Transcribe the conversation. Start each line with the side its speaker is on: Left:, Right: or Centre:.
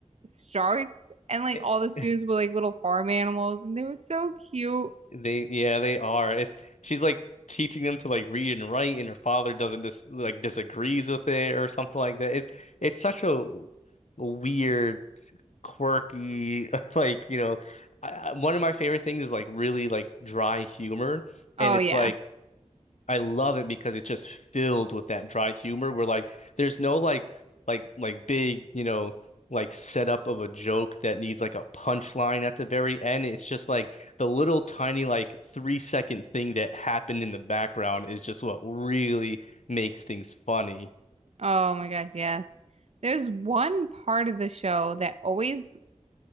Right: starts and like
Left: Eh,
Right: all the students were like little farm animals and they were so cute.
Left: They yeah, they are. It's she's like teaching them to like read and write and her father doesn't dis like disagrees with it or something like that. It's it's such a weird, quirky <laughs> like, you know, I, I- one of my favorite things is like really like dry humor
Right: Oh
Left: and it's
Right: yeah.
Left: like I love it because it's just filled with that dry humor where like there's no like like like big, you know, like setup of a joke that needs like a punchline at the very end. It's just like the little tiny like three second thing that happened in the background is just what really makes things funny.
Right: Oh my gosh, yes. There's one part of the show that always